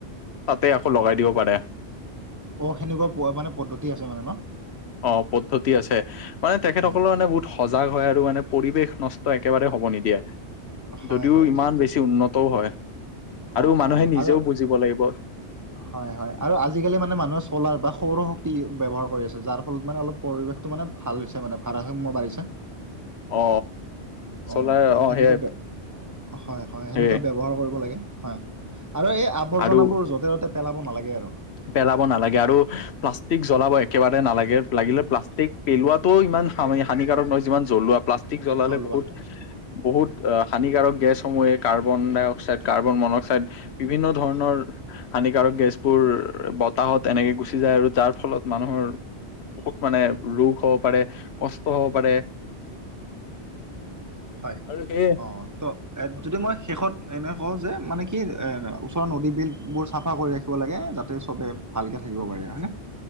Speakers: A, on the left; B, on the right.
A: তাতে আকৌ লগাই দিব পাৰে
B: অ সেনেকুৱা মানে পদ্ধতি আছে মানে ন
A: অ পদ্ধতি আছে মানে তেখেতসকলৰ
B: হয়
A: মানে বহুত সজাগ হয় আৰু মানে পৰিৱেশ নষ্ট একেবাৰে হব নিদিয়ে
B: হয়
A: যদিও
B: হয়
A: ইমান
B: ঠিক কৈছা
A: বেছি উন্নতও হয় আৰু
B: অ
A: মানুহে
B: অ
A: নিজেও
B: আৰু
A: বুজিব লাগিব
B: হয় হয় আৰু আজিকালি মানে মানুহে চ'লাৰ বা সৌৰ শক্তি ব্যৱহাৰ কৰি আছে যাৰ ফলত মানে অলপ পৰিৱেশটো মানে ভাল হৈছে মানে ভাৰা সাম্য বাঢ়িছে
A: অ
B: অ
A: চ'লাৰ
B: ত
A: অ',
B: সেনে
A: সেয়াই
B: কোৱা ব্য হয় হয় সেনেকুৱা
A: সেয়ে
B: ব্যৱহাৰ কৰিব লাগে হয় আৰু এই আৱৰ্জনাবোৰ
A: আৰু
B: য'তে ত'তে পেলাব নালাগে আৰু
A: পেলাব নালাগে আৰু প্লাষ্টিক জ্বলাব একেবাৰে নালাগে লাগিলে প্লাষ্টিক পেলোৱাটোও ইমান হানি-হানিকাৰক নহয়, যিমান জ্বলোৱা। প্লাষ্টিক জ্বলালে
B: জ্বলোৱাত
A: বহুত <unintelligible>
B: হয়
A: বহুত হানিকাৰক গেছসমূহে কাৰ্বন-ডাই-অক্সাইড, কাৰ্বন-মন-অক্সাইড <unintelligible> বিভিন্ন ধৰণৰ হানিকাৰক গেছবোৰ <unintelligible> বতাহত এনেকে গুচি যায় আৰু যাৰ ফলত মানুহৰ <unintelligible> বহুত মানে ৰোগ হ'ব পাৰে, কষ্ট হ'ব পাৰে। <unintelligible>
B: হয়।
A: আৰু সেয়ে
B: অঁ! <unintelligible> ত এ যদি মই শেষত এনে কওঁ যে মানে কি এ ওচৰৰ নদী, বিলবোৰ চাফা কৰি ৰাখ <unintelligible> ৰাখিব লাগে যাতে চবে ভালকৈ থাকিব পাৰে। হয়নে? <unintelligible>